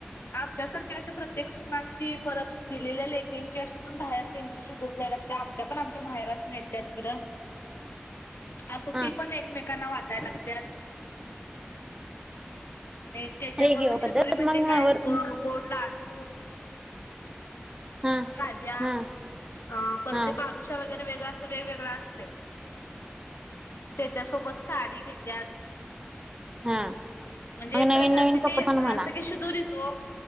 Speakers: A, on the left (about 80°); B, on the right (about 20°).
A: आमच्यासारख्या अशा प्रत्येक सुनांची परत दिलेल्या लेकिंची अशी म्हणून <unintelligible> <unintelligible> आमच्या पण आमच्या माहेरासनी येत्यात हीकडं. असं
B: हा
A: ती पण एकमेकांना वाटाय लागत्यात. आणि त्याच्याबरोबर
B: रेडिओ
A: शिदोरी
B: पद्धत
A: म्हणजे
B: मग
A: काय
B: वर
A: गोड लाडू
B: हा
A: खाज्या
B: हा
A: अ परत
B: हा
A: बालुशा वगैरे वेगळ असं वेगवेगळं असतं. त्याच्यासोबत साडी घेत्यात
B: हा मग
A: म्हणजे एक
B: नवीन
A: प्रकारची
B: नवीन कपडे
A: ती
B: पण म्हणा
A: सगळी शिदुरीच ओ.